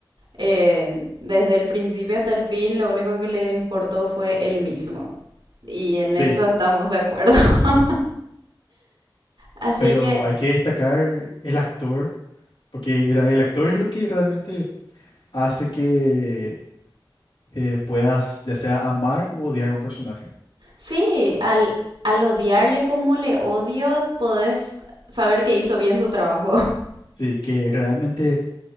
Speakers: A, on the right; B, on the left.
A: Eh, desde el principio hasta el fin, lo único que le importó fue él mismo. Y en
B: Sí,
A: eso estamos de acuerdo. <laughs> Así
B: pero
A: que
B: hay que destacar el actor, porque el, el actor es lo que realmente hace que eh, puedas ya sea amar u odiar a un personaje.
A: sí, al, al odiarle como le odio, podés saber que hizo bien su trabajo. <laughs>
B: Sí, que realmente,